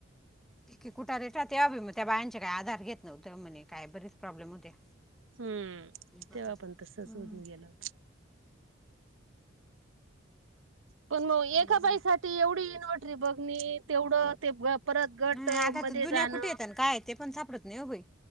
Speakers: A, in the centre; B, on the right.
A: एक एक उठा रेटा त्या बी मग त्या बायांच्या काही आधार घेत नव्हते म्हणे. काय बरेच प्रॉब्लेम होते.
B: हम्म.
A: हम्म
B: तेव्हा पण तसच होऊन गेलं. पण मग एका
A: बरं
B: बाईसाठी एवढी इनव्हर्टरी बघणी तेवढ ते परत गट
A: हम्म आता
B: मध्ये
A: तर दुनिया
B: जाण.
A: कुठे येत आणि काय ते पण सापडत नाही वो योग्य.